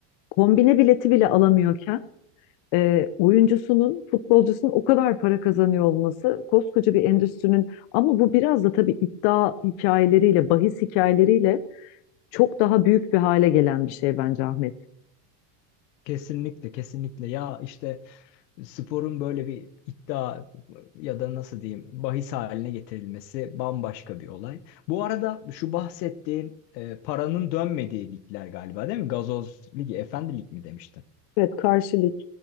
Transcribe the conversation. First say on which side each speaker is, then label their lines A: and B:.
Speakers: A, on the left (about 55°); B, on the left (about 85°).
A: kombine bileti bile alamıyorken e, oyuncusunun, futbolcusunun o kadar para kazanıyor olması koskoca bir endüstrinin ama bu biraz da tabii iddia hikayeleriyle, bahis hikayeleriyle çok daha büyük bir hale gelen bir şey bence Ahmet.
B: kesinlikle kesinlikle ya işte sporun böyle bir iddia ya da nasıl diyeyim bahis haline getirilmesi bambaşka bir olay. Bu arada şu bahsettiğin e, paranın dönmediği ligler galiba değil mi? Gazoz Ligi, Efendi Lig mi demiştin?
A: Evet karşılık.